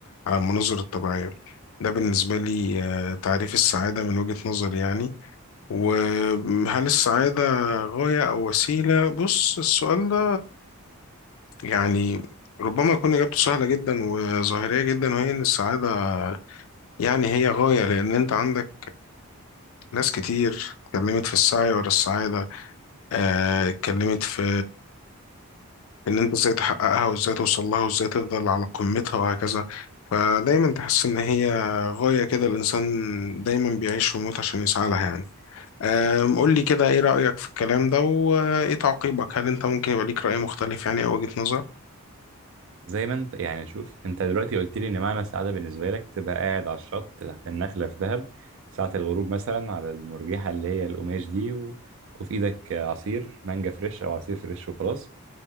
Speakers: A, on the left (about 60°); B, on the right (about 60°).
A: على المناظر الطبيعية ده بالنسبة لي آه، تعريف السعادة من وجهة نظري يعني وهل السعادة غاية أو وسيلة؟ بص السؤال ده يعني ربما يكون إجابته سهلة جدا وظاهرية جدا وهي إن السعادة يعني هي غاية لأن أنت عندك ناس كتير اتكلمت في السعي ورا السعادة آه، اتكلمت في في ان انت ازاي تحققها وازاي توصل لها وازاي تفضل على قمتها وهكذا فدايما تحس ان هي غاية كده الانسان دايما بيعيش ويموت عشان يسعى لها يعني آم، قول لي كده ايه رأيك في الكلام ده وايه تعقيبك هل انت ممكن يبقى ليك رأي مختلف يعني او وجهة نظر
B: زي ما انت يعني شوف انت دلوقتي قلت لي ان معنى السعاده بالنسبه لك تبقى قاعد على الشط تحت النخله في دهب ساعه الغروب مثلا على المرجحه اللي هي القماش دي و... وفي ايدك عصير مانجا فريش او عصير فريش وخلاص